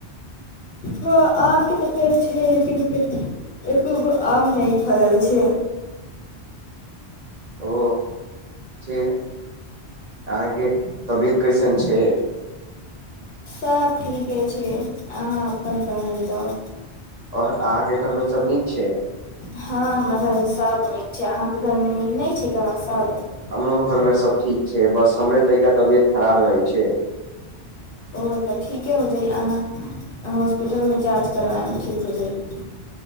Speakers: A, on the left (about 60°); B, on the right (about 45°).
A: हँ आमके तऽ फेर छै लेकिन एतेक खूब आम नहि फरल छै
B: ओ फिर अहाँके तबियत कैसन छै
A: सब ठीके छै अहाँ अपन कहल जाउ
B: और अहाँ के घर में सब नीक छै
A: हँ हमरा घरमे सभ नीक छै अहाँके घरमे नीक नहि छै की सभ
B: हमरो घरमे सब ठीक छै बस हमरे टा तबियत खराब रहै छै
A: ओ तऽ ठीके हो जाइ अहाँ हॉस्पिटलमे जाँच करबएब ठीक हो जाइ